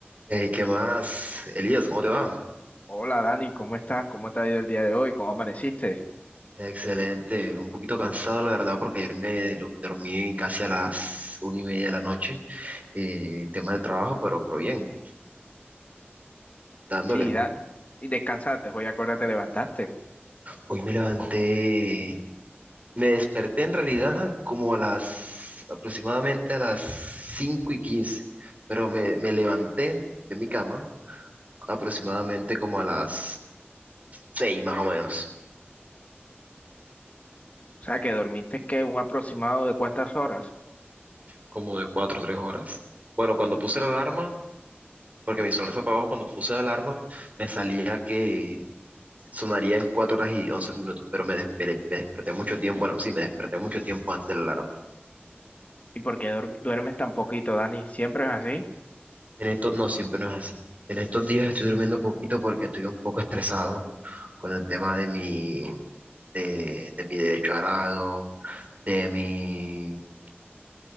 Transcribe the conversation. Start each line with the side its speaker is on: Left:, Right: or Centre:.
Right: Hey, ¿qué más? Elías, ¿cómo te va?
Left: Hola Dani, ¿cómo estás? ¿Cómo te ha ido el día de hoy? ¿Cómo amaneciste?
Right: Excelente, un poquito cansado la verdad porque ayer me lo- dormí casi a las una y media de la noche, eh, tema de trabajo, pero, pero bien, dándole.
Left: Sí, da- y descansaste, hoy a qué hora te levantaste.
Right: Hoy me levanté, me desperté en realidad como a las aproximadamente a las 5 y 15, pero me, me levanté de mi cama aproximadamente como a las seis más o menos,
Left: O sea, que dormiste, ¿qué? ¿Un aproximado de cuántas horas?
Right: como de cuatro o 3 horas. Bueno, cuando puse la alarma... Porque mi sonrisa apagó cuando puse la alarma, me salía que sonaría en 4 horas y 11 minutos, pero me, despe- me de- me desperté mucho tiempo, bueno, sí, me desperté mucho tiempo antes de la alarma.
Left: ¿Y por qué duer- duermes tan poquito, Dani? ¿Siempre es así?
Right: En esto no, siempre no es así. En estos días estoy durmiendo poquito porque estoy un poco estresado con el tema de mi, de, de mi derecho a grado, de mi,